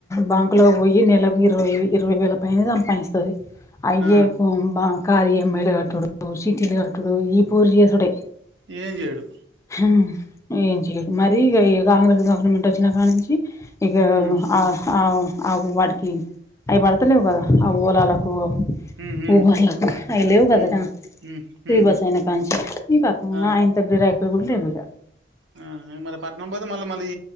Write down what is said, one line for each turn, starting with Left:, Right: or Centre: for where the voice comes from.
Left: బాంకులో పోయి నెలకు ఇరవై ఇరవై వేల పైన సంపాదిస్తది. అయ్యే
Right: ఆ
Left: పోంబా కార్ ఈమ్ఐ లు కట్టుడు సీటీలు కట్టుడు ఈ పోర్ చేసుడే
Right: ఏం చేయడు.
Left: ఉ ఏం చెయ్యడు మరి ఈ కాంగ్రెస్ గవర్నమెంట్ వచ్చినాంకా నుంచి ఇక
Right: ఉమ్
Left: ఆ ఆ ఆగు వాటికి అవి పడతలేవు గదా ఆ ఊలాలకు
Right: ఉమ్ ఉమ్
Left: ఊబర్లకు అయ లేవు కదట
Right: ఉమ్ ఉమ్
Left: ఫ్రీ
Right: ఉమ్
Left: బస్ అయిన కాంచి ఇ కాతమ్
Right: ఆ
Left: మీ రైకలు గూడ లేవిక
Right: ఆ మళ్ళ పట్నం పోతే మళ్ళ మళ్ళీ